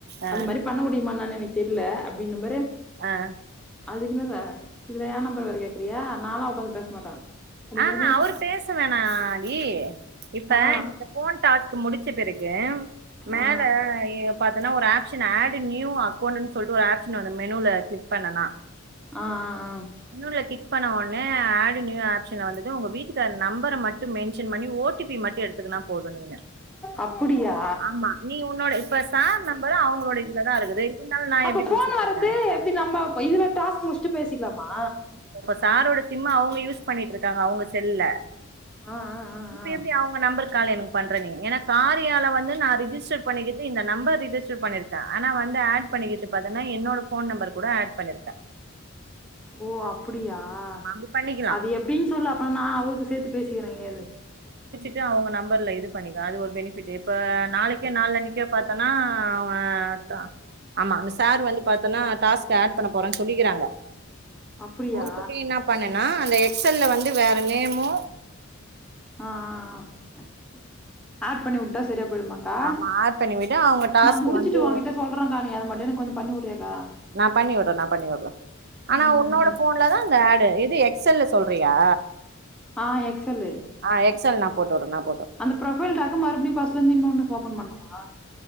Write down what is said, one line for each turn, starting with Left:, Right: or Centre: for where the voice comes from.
Right: ஆ
Centre: அந்த மாரி பண்ணமுடியுமா நானு எனக்கு தெர்ல அப்பிடினபரு
Right: ஆ ஆ
Centre: அது இல்லல்ல எ நம்பர்வேர கேக்குறியா நாலா ஒகாந்து பேச மாட்டே அப்டின்னாரு
Right: ஆஹ அவரு பேச வேணாடி இப்ப
Centre: ஆ
Right: இந்த ஃபோன் டஸ்க் முடிச்சி க்கே மேல
Centre: ஆ
Right: எப் பாத்தன்னா ஒரு ஆப்ஷன ஆடு நியூ அக்கௌண்னு சொல்லிட்டு ஒரு ஆப்ஷன் ஒன்னு மெனுல கிளிக் பண்ணனா
Centre: ஆ ஆ ஆ
Right: மேனுல கிளிக் பண்ண ஒன்னே ஆடு நியு ஆப்ஷன்ல வந்துட்டு உங்க வீட்டுக்கார நம்பர மட் ட்டு மென்ஷன் பண்ணி ஓடிபி மட்டு எடுத்துக்கனா போது நீங்க
Centre: அப்புடியா
Right: ஆமா நீ உன்னோட இப்ப சார் நம்பர் அவங்களோட இதுலதா இருக்கு இருனாலு நா
Centre: அப்ப
Right: எப்பிடி
Centre: ஃபோன்
Right: பேசிட்டுருக்கே
Centre: வரது எப்டி நம்ப இதுல டாஸ்க் முடிச்சுட்டு பேசிக்கலாமா
Right: ஓ சா சாரோட சிம்ம அவங்க யூஸ் பண்ணிட்டு இருக்காங்க அவுங்க சி செல்ல
Centre: ஆ ஆ ஆ
Right: இப்ப
Centre: ஆ
Right: எப்பிடி அவங்க நம்பரக் கால் எனக் பண்ற நீ ஏன காரியால வந் ந்து ரிஜிஸ்டர் பண்ணிக்குது இந்த நம்பர் ரிஜிஸ்டர் பண்ணிருக்கே ஆனா வந்து ஆட் பண்ணிகிது பாத்தனா என்னோட ஃபோன் நம்பர் கூட ஆட் பண்ணிருக்கே
Centre: ஓ அப்பிடியா ஆ
Right: அப்டி பண்ணிக்கலா
Centre: அது எப்பிடின்னு சொல்லு அப்ப நா அவக்கு சேத்து பேசிக்கிறே எங்கியாது
Right: ட்டு அவுங்க நம்பர்ல இது பண்ணிக்க அது ஒரு பெணிஃபிட் இப்ப நாளைக்கே நாலு அன்னிகே பாத்தனா அவ டா ஆமா அந்த சார் வந்துட்டு பாத்தன்னா டாஸ்க் எட் பண்ண போறே சொல்லிகிறங்க
Centre: அப்பிடியா
Right: கூட்டி என்ன பண்ணனா அந்த எக்ஸ் எல்ல வந்து து வேற நெமோ
Centre: ஆ ஆ ஆட் பண்ணிவுட்டா சரியா போயிடுமா ஆ
Right: ஆமா ஆட் பண்ணி விடு அவங்க டாஸ்க்
Centre: நா முடிச்சிட்டு
Right: வந்து
Centre: உங்கிட்ட சொல்றேகா நீ அது மட்டு எனக்கு கொஞ்சோ பண்ணிவுரியா செய்வா
Right: நா பண்ணி உர்ற நா பண்ணி உர்ற ஆனா
Centre: ம்
Right: உன்னோட ஃபோன்லதா இந்த ஏட் து இது எக்ஸ் எல்ல சொல்றியா
Centre: ஆ எக்ஸல்லு
Right: ஆ எக்ஸல் நான் போட்டு உடனாப்
Centre: அந்த புரொபைல் டாஸ்க்க மறுபடியு பஸ்ல இருந்து இன்னொன்னு ஓப்பன் பண்ணுமா